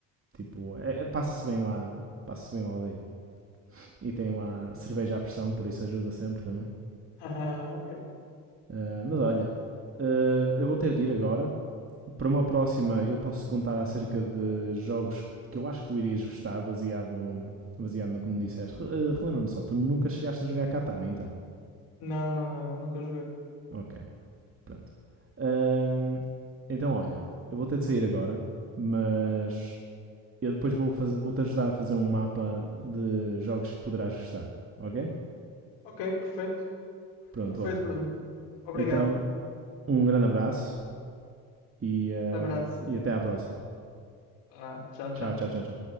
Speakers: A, on the right (about 30°); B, on the left (about 70°).
A: tipo, é- é- passa-se bem lá, passa-se bem lá o dia. E tem lá cerveja à pressão, por isso ajuda sempre também.
B: <laughs> Ah, ok.
A: Uh, mas olha, uh, eu vou ter de ir agora, Para uma próxima, eu posso contar acerca de jogos que, que eu acho que tu irias gostar, baseado, baseado no que me disseste. Re- eh, Relembra-me só, tu nunca chegaste a jogar Katana, então?
B: Não, não, não, não, nunca joguei.
A: Ok, pronto. Ahm, então, olha, eu vou ter de sair agora, mas eu depois vou fazer- vou-te ajudar a fazer um mapa de jogos que poderás gostar, ok?
B: Ok, perfeito.
A: Pronto,
B: Perfeito,
A: olha.
B: Bruno. Obrigado.
A: Então, um grande abraço e, eh,
B: Abraço.
A: e até à próxima.
B: Ah, tchau,
A: Tchau,
B: tchau.
A: tchau, tchau, tchau.